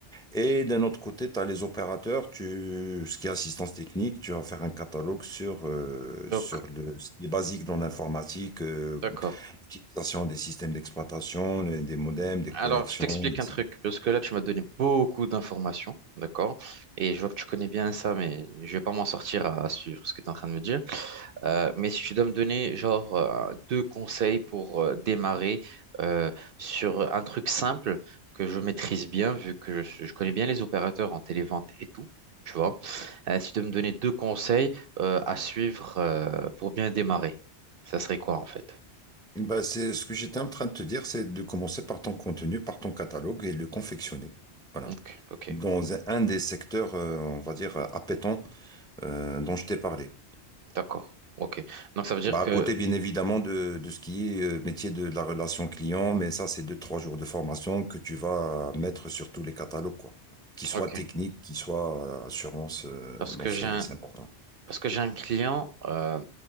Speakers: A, in the centre; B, on the right (about 60°).
A: Et d'un autre côté, tu as les opérateurs, tu, ce qui est assistance technique, tu vas faire un catalogue sur, euh,
B: Donc,
A: sur le, ce qui est basique dans l'informatique, euh,
B: d'accord.
A: l'utilisation des systèmes d'exploitation, le- des modems, des connexions,
B: Alors, je t'explique
A: ainsi
B: un truc,
A: de suite.
B: parce que là, tu m'as donné beaucoup d'informations, d'accord? Et je vois que tu connais bien ça, mais je vais pas m'en sortir à, à suivre ce que tu es en train de me dire. Euh, mais si tu dois me donner, genre, euh, deux conseils pour euh, démarrer euh, sur un truc simple que je maîtrise bien, vu que je, suis- je connais bien les opérateurs en télévente et tout, tu vois. Euh, si tu dois me donner deux conseils euh, à suivre euh, pour bien démarrer, ça serait quoi, en fait?
A: Bah, c'est ce que j'étais en train de te dire, c'est de commencer par ton contenu, par ton catalogue et le confectionner. Voilà.
B: Ok, ok,
A: Dans un un des secteurs, euh, on va dire, euh, appétants, euh, dont je t'ai parlé.
B: d'accord. Ok. Donc, ça veut dire
A: Bah,
B: que...
A: à côté, bien évidemment, de, de ce qui est euh, métier de la relation client, mais ça, c'est deux, trois jours de formation que tu vas mettre sur tous les catalogues, quoi. Qu'ils soient
B: Ok.
A: techniques, qu'ils soient euh, assurance, euh,
B: Parce
A: bon,
B: que
A: c'est,
B: j'ai un,
A: c'est important.
B: parce que j'ai un client, euh,